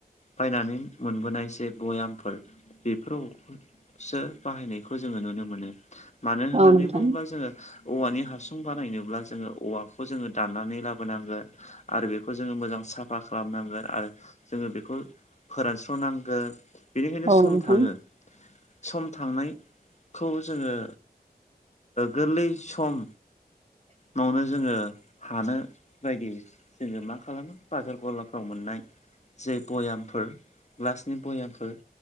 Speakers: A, on the left; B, on the right.
A: बायनानै मोनबोनाय जे भयामफोर बेफोरावसो बाहायनायखौ जोंङो नुनो मोनो। मानो होननानै
B: नोंथां औ नोंथां
A: बुंङोब्ला जोङो औवानि हासुं बानायनोब्ला जोंङो औवाखौ जोंङो दाननानै लाबोनांगोन। आरो बेखौ जोंङो मोजां साफा खालामनांगोन आरो जोंङो बेखौ फोरानस्र'नांगोन बेनिखायनो
B: औ नोंथां औ नोंथां
A: सम थांङो। सम थांनायखौ जोंङो गोरलै सम न'नो जोंङो हानो बायदि जोंङो मा खालामो बाजार गलाफ्राव मोननाय जे भयामफोर ग्लासनि भयामफोर